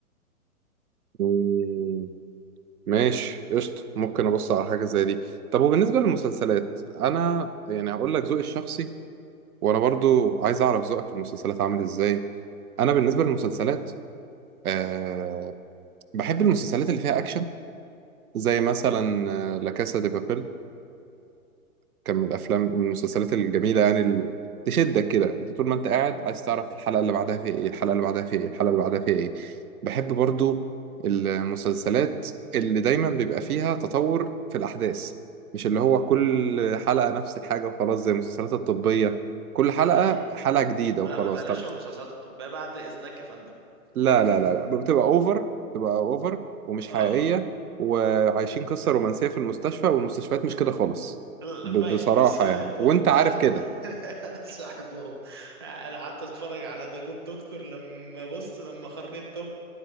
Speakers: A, on the right (about 75°); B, on the right (about 15°).
A: مم، ماشي قشطة ممكن أبص على حاجة زي دي طب وبالنسبة للمسلسلات أنا يعني هقول لك ذوقي الشخصي وانا برضو عايز اعرف ذوقك في المسلسلات عامل ازاي انا بالنسبه للمسلسلات أه بحب المسلسلات اللي فيها اكشن زي مثلا آه، لا كاسا دي بابيل كان من الافلام من المسلسلات الجميله يعني اللي تشدك كده انت طول ما انت قاعد عايز تعرف الحلقه اللي بعدها فيها ايه الحلقه اللي بعدها فيها ايه الحلقه اللي بعدها فيها ايه بحب برضو المسلسلات اللي دايما بيبقى فيها تطور في الاحداث مش اللي هو كل حلقه نفس الحاجه وخلاص زي المسلسلات الطبيه كل حلقه
B: امم
A: حلقه جديده وخلاص
B: لا ما تقللش
A: طب
B: من المسلسلات الطبية بعد إذنك يا فندم
A: لا
B: <laughs>
A: لا لا لا بتبقى اوفر بتبقى اوفر ومش
B: اه
A: حقيقية وعايشين قصة رومانسية في المستشفى والمستشفيات مش كده خالص
B: لا،
A: ب-
B: ماشي
A: بصراحة
B: بس بحبهم
A: يعني وانت
B: ما-
A: عارف كده
B: <laughs> بس بحبهم انا قعدت اتفرج على ذا جود دكتور لما بص لما خريت طب